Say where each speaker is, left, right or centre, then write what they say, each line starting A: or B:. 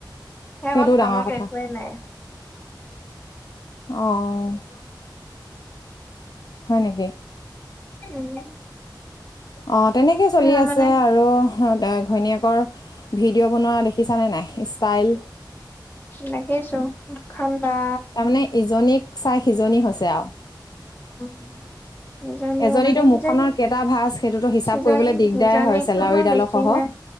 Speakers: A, on the left; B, on the left.
A: সেইকণ
B: সেইটোও
A: কামত
B: ডাঙৰ কথা
A: একোৱে নাই
B: অ',। হয় নেকি?
A: উম।
B: অ', তেনেকেই
A: সেয়া
B: চলি আছে
A: মানে
B: আৰু ঘৈণীয়েকৰ ভিডিঅ বনোৱা দেখিছানে নাই ষ্টাইল।
A: দেখিছো মুখখন বা।
B: তাৰমানে ইজনীক চাই সিজনি হৈছে আৰু।
A: উম। ইজনীও
B: এজনীতো
A: মানে সিজনী,
B: মুখখনৰ কেইটা ভাঁজ সেইটোতো হিচাপ
A: সিজনী
B: কৰিবলৈ দিগদাৰে
A: সিজনীকটো
B: হয় চেলাউৰিডালৰ
A: মই বেছিহে
B: সহ।